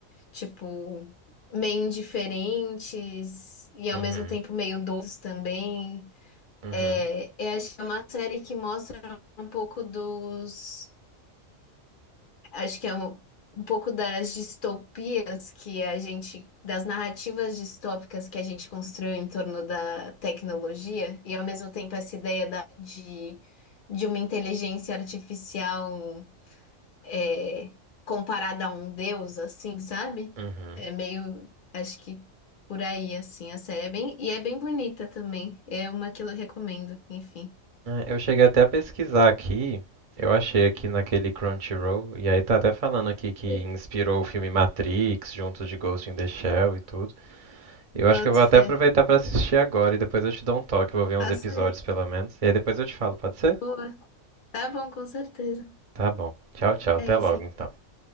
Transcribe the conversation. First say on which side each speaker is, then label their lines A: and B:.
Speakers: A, on the left; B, on the right.
A: tipo, meio indiferentes e ao
B: Uhum.
A: mesmo tempo meio doces também.
B: Uhum.
A: É, eu acho que é uma série que mostra um pouco dos, acho que é um, um pouco das distopias que a gente, das narrativas distópicas que a gente construiu em torno da tecnologia e ao mesmo tempo essa ideia da, de, de uma inteligência artificial é, comparada a um deus, assim, sabe?
B: Uhum.
A: É meio, acho que por aí, assim, a série é bem, e é bem bonita também. É uma que eu recomendo, enfim.
B: É, Eu cheguei até a pesquisar aqui, eu achei aqui naquele Crunchyroll, e aí tá até falando aqui que
A: Sim.
B: inspirou o filme Matrix, junto de Ghost in the Shell e tudo. Eu
A: Boto
B: acho que eu vou
A: fé.
B: até aproveitar pra assistir agora e depois eu te dou um toque, vou ver uns
A: Faça
B: episódios
A: isso.
B: pelo menos, e aí depois eu te falo, pode ser?
A: Boa. Tá bom, com certeza.
B: Tá bom. Tchau, tchau, até
A: É
B: logo
A: isso.
B: então.